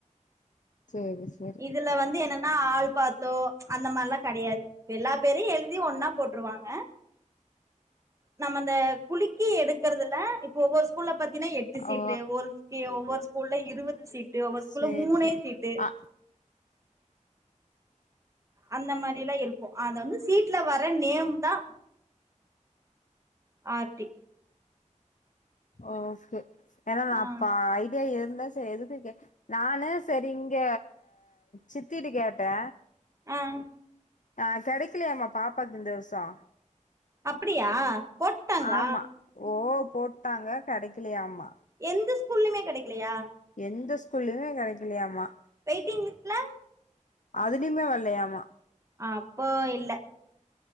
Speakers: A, on the left; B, on the right.
A: சேரி சேரி
B: இதுல வந்து என்னன்னா ஆள் பாத்தோ அந்த மாறில்லா கெடையாது எல்லாத் பேரயு எழுதி ஒன்னா போட்ருவாங்க நம்ம இந்த குளிக்கி எடுக்கறதுல இப்ப ஒவ்வொரு ஸ்கூல்ல பாத்தீன்னா எட்டு சீட்டு
A: ஓ
B: ஒரு டு ஒவ்வொரு ஸ்கூல்ல இருவது சீட்டு ஒவ்வொரு ஸ்கூல்ல
A: சேரி
B: மூனே
A: சேரி
B: சீட்டு
A: அ
B: அந்த மாறி எல்லா இருக்கும் அ அந்த வந்து சீட்ல வர நேம் தா ஆர்த்தி
A: ஓக்கே ஏன்னா நா
B: ஆ
A: அப்ப ஐடியா இருந்தே சேரி எதுக் கு நானு சேரி இங்க சித்திட்ட கேட்டே
B: ம்
A: ஆ கெடைக்கிலையாம்மா பாப்பாக்கு இந்த வருஷம்
B: அப்பிடியா போட்டாங்ளா
A: ஆமா ஓ போட்டாங்க கெடைக்கிலையாமா
B: எந்த ஸ்கூல்லயுமே கெடைக்கிலையா
A: எந்த ஸ்கூல்லயுமே கெடைக்கிலையாமா
B: வெய்ட்டிங் லிஸ்ட்ல
A: அதுலயுமே வல்லையாமா
B: அப்போ இல்ல